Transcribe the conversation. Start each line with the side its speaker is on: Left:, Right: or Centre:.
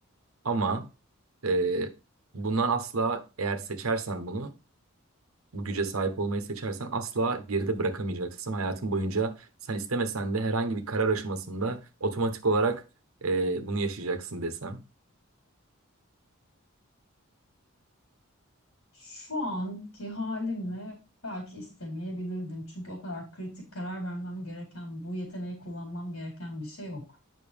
Right: Ama e, bundan asla eğer seçersen bunu bu güce sahip olmayı seçersen asla geride bırakamayacaksın. Hayatın boyunca sen istemesen de herhangi bir karar aşamasında otomatik olarak e, bunu yaşayacaksın desem.
Left: Şu anki halimle belki istemeyebilirdim. Çünkü o kadar kritik karar vermem gereken, bu yeteneği kullanmam gereken bir şey yok.